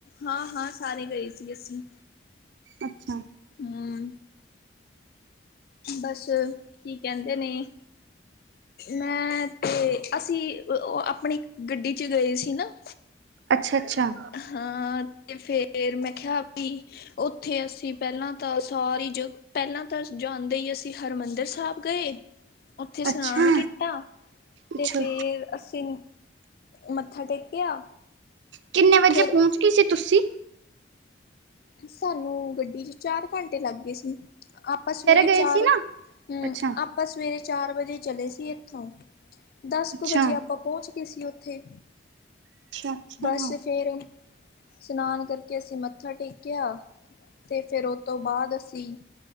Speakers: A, on the left; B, on the right.
A: ਹਾਂ, ਹਾਂ ਸਾਰੇ ਗਏ ਸੀ ਅਸੀਂ
B: ਅੱਛਾ
A: ਹਮ ਬਸ ਕੀ ਕਹਿੰਦੇ ਨੇ ਮੈਂ ਤੇ, ਅਸੀਂ ਉਹ ਆਪਣੀ ਗੱਡੀ 'ਚ ਗਏ ਸੀ ਨਾ
B: ਅੱਛਾ, ਅੱਛਾ
A: ਹਾਂ, ਤੇ ਫੇਰ ਮੈਂ ਕਿਹਾ ਵੀ ਉੱਥੇ ਅਸੀਂ ਪਹਿਲਾਂ ਤਾਂ ਸਾਰੀ ਜਗਾ, ਪਹਿਲਾਂ ਤਾਂ ਜਾਂਦੇ ਹੀ, ਅਸੀਂ ਹਰਿਮੰਦਰ ਸਾਹਿਬ ਗਏ ਉੱਥੇ ਇਸ਼ਨਾਨ
B: ਅੱਛਾ
A: ਕੀਤਾ ਤੇ
B: ਅੱਛਾ
A: ਫੇਰ ਅਸੀਂ ਮੱਥਾ ਟੇਕਿਆ
B: ਕਿੰਨੇ ਵਜੇ
A: ਫਿਰ
B: ਪਹੁੰਚ ਗਈ ਸੀ ਤੁਸੀਂ
A: ਸਾਨੂੰ ਗੱਡੀ ਚ ਚਾਰ ਘੰਟੇ ਲੱਗ ਗਏ ਸੀ ਆਪਾਂ ਸਵੇਰੇ
B: ਗਏ
A: ਚਾਰ
B: ਸੀ
A: ਹਮ
B: ਨਾ ਅੱਛਾ
A: ਆਪ ਆਪਾਂ ਸਵੇਰੇ ਚਾਰ ਵਜੇ ਚਲੇ ਸੀ ਇੱਥੋਂ ਦਸ
B: ਅੱਛਾ
A: ਕੁ ਵਜੇ ਉਹ ਪਹੁੰਚ ਗ ਸੀ ਉੱਥੇ
B: ਅੱਛਾ ਅੱਛਾ
A: ਬਸ ਫੇਿਰ ਇਸ਼ਨਾਨ ਕਰਕੇ ਅਸੀਂ ਮੱਥਾ ਟੇਕਿਆ ਤੇ ਫਿਰ ਉਹ ਤੋਂ ਬਾਅਦ ਅਸੀਂ